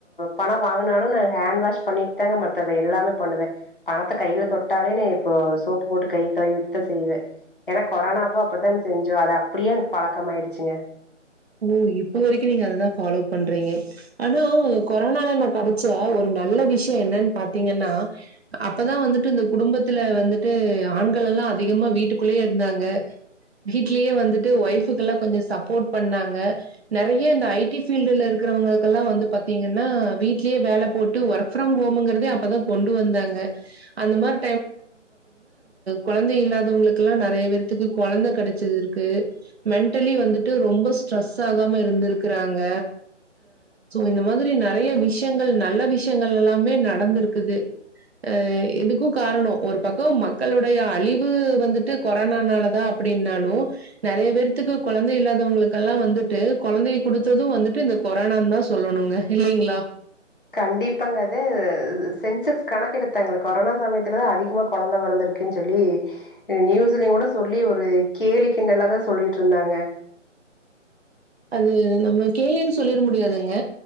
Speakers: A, on the left; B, on the right.
A: பணம் வாங்கினாலும் நான ஹேண்ட் வாஷ் பண்ணிட்டு தாங்க மான் எல்லாமே பண்ணுவேன் பணத்தை கையில தொட்டாலே இப்போ சோப்பு போட்டு கை கழுவிட்டு தான் செய்வேன் ஏன்னா கொரனாப்போ அப்தான் செஞ்சோம் அது அப்டியே பழக்கம் ஆயிடுச்சுங்க
B: ஓ இப்ப வரைக்கும் நீங்க அததான் பஃபாலோ பண்றீங்க ஆனா கொரோனால நான கெடைச்ச ஒரு நல்ல விஷயம் என்னன்னு பாத்தீங்கன்னா அப்தான் வந்துட்டு இந்த குடும்பத்தை இதுல வந்துட்டு ஆண்கள் எல்லாம் அதிகமா வீட்டுக்குள்ளேயே இருந்தாங்க வீடலயே வந்துட்டு ஒயஃபுக்கு எல்லாம் கொஞ்சம் சப்போர்ட் பண்ணுங்க பா நிற ஐடி பீல இருக்கிறவங்கெல்லாம் வந்து பாத்தீங்கன்னா வீடலயே வேல போட்டு ஒர்க்ம் ஹோம்ங்க அப்தான் கொண்டு வந்தாங்க அந்த மாரி குழந்தை இல்லாதவங்களுக்குல்லாம் நெறைய பேத்துக்கு குழந்தை கெடைச்சது இருக்கு மெண்டலி வந்துட்டு ரொம்ப ஸ்ரெஸ்சு ஆகாம இருந்திருக்கறாங்க இந்த மாரி நெறைய விஷயங்கள் நல்ல விஷயங்கள் எல்லாமே நடந்திருக்குது ஆ இதுக்கும் காரணம் ஒரு பக்கம் மக்களுடைய அழிவு வந்துட்டு கொரோனால தான் அப்டின்னாலும் நெறைய பேத்துக்கு குழந்தை இல்லாத மத்தவங்களுக்கெல்லாம் வந்துட்டு குழந்தைய குடுத்ததும் வந்துட்டு இந்த கொரோனான் தான் சொல்லணுங்க இல்லலங்களா
A: கண்டிப்பாங்க சென்செக்ஸ் கணக்கு எடுத்தாங்க கொரோனா சமயத்துலதான் அதிகமா குழந்தை பிறந்திருக்குன்னு சொல்லி நியூஸ்லயும் கூட சொல்லி ஒரு கேலி கிண்டல்லாதான் சொல்லிட்டு இருந்தாங்க
B: அது நம்ம கேள்னு சொல்லிட முடியாதுங்க